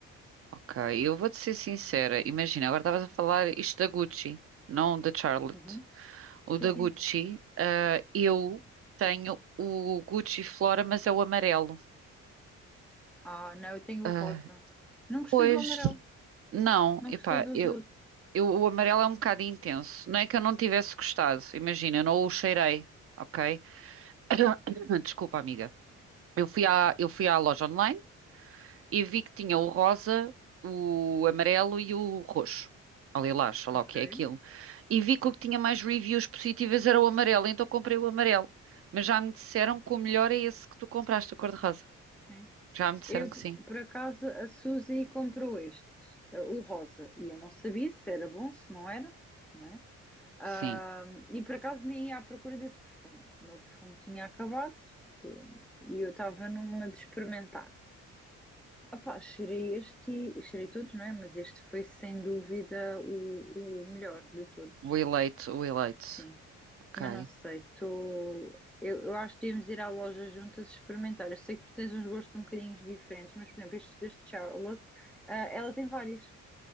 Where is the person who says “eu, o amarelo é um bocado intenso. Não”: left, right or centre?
Right